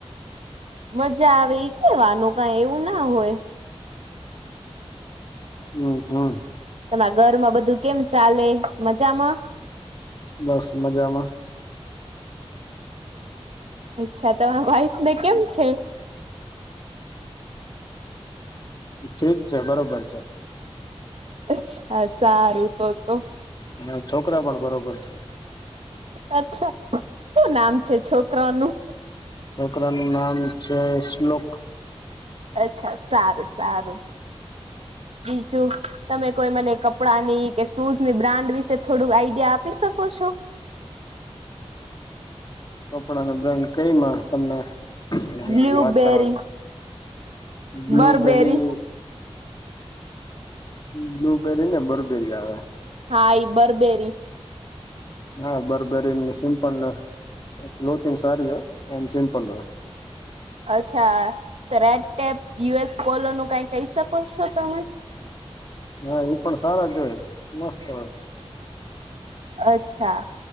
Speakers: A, on the right; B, on the left.
A: મજા આવે ઈ કેવાનું કઈ એવું ના હોય.
B: હું હું.
A: તમા ઘરમાં બધું કેમ ચાલે મજામાં?
B: બસ મજામાં.
A: અચ્છા તમા વાઈફને કેમ છે?
B: ઠીક છે બરોબર છે.
A: અચ્છા સારું તો તો.
B: ને છોકરા પણ બરોબર છે.
A: અચ્છા. શું નામ છે છોકરાઓનું?
B: છોકરા નું નામ છે શ્લોક.
A: અચ્છા, સારું-સારું. બીજું, તમે કોઈ મને કપડા ની કે શૂઝની બ્રાન્ડ વિશે થોડુંક આઈડિયા આપી શકો છો?
B: કપડા ને બ્રાન્ડ કંઈમાં તમને <inaudible>
A: બ્લુબેરી
B: વાત કરવાની. બ્લુબેરી
A: બરબેરી
B: બ્લુબેરી ને બરબેરી આવે.
A: હા ઈ બરબેેરી.
B: હા બરબેરીનું સિમ્પલ ને, ક્લોથિંગ સારી હોય, એમ સિમ્પલ હોય.
A: અચ્છા. તો રેડટેપ, યુ એસ પોલો નું કાંઈ કહી શકો છો તમે?
B: હા ઈ પણ સારા જ હોય, મસ્ત હોય.
A: અચ્છા.